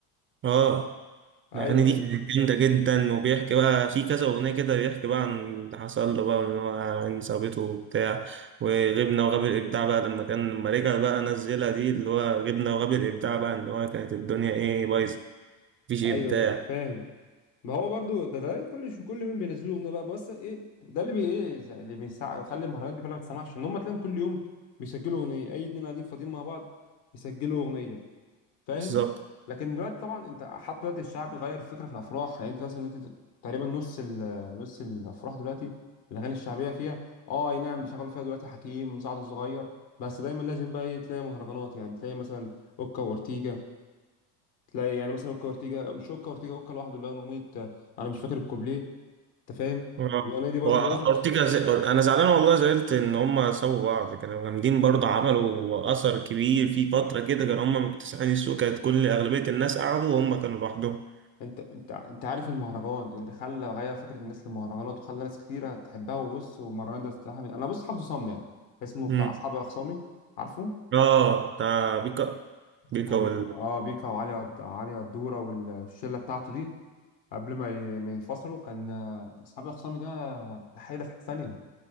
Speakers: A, on the right (about 30°); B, on the left (about 65°).
A: اه
B: ايوه
A: الاغاني دي
B: ايوه
A: كانت جامده جدا وبيحكي بقى في كذا اغنيه كده بيحكي بقى عن اللي حصل له بقى وان هو عن صاحبته وبتاع وغبنا وغاب الابداع بقى لما كان لما رجع بقى نزلها دي اللي هو غبنا وغاب الابداع بقى ان هو كانت الدنيا ايه بايظه مفيش
B: ايوه
A: ابداع
B: ايوه انا فاهم ما هو برضو ده ده كل شو كل مين بينزلوا اغنيه بقى بس ايه ده اللي بي ايه اللي بيسع يخلي المهرجانات دي كلها ما تسمعش ان هم تلاقيهم كل يوم بيسجلوا اغنيه اي اتنين قاعدين فاضيين مع بعض يسجلوا اغنيه فاهم
A: بالظبط
B: لكن دلوقتي طبعا انت حتى دلوقتي الشعب غير الفكره في الافراح يعني انت مثلا دلوقتي تقريبا نص ال- نص الافراح دلوقتي الاغاني الشعبيه فيها اه اي نعم بيشغلوا فيها دلوقتي حكيم سعد الصغير بس دايما لازم بقى ايه تلاقي مهرجانات يعني تلاقي مثلا اوكا واورتيجا تلاقي يعني مثلا اوكا اورتيجا مش اوكا اورتيجا اوكا لوحده اللي هو اغنيه آه، انا مش فاكر الكوبليه انت فاهم
A: اه
B: الاغنيه دي برضو
A: هو اورتيجا
B: لازم ت-
A: زي... انا زعلان والله زعلت ان هم سابوا بعض كانوا جامدين برضه عملوا اثر كبير في فتره كده كانوا هم مكتسحين السوق كانت كل اغلبيه الناس قعدوا وهم كانوا لوحدهم
B: انت انت انت عارف المهرجان اللي خلى غير فكره الناس للمهرجانات وخلى ناس كتيره تحبها وبص والمهرجان ده استراحه من... انا بص حافظه صم يعني اسمه بتاع
A: امم
B: اصحابي اخصامي عارفه
A: اه بتاع بيكا بيكا
B: بتاع بيكا
A: وال
B: اه بيكا وعلي قد- علي قدوره والشله بتاعته دي قبل ما ي- ما ينفصلوا كان آه، اصحابي اخصامي ده ده حاجه في حته ثانيه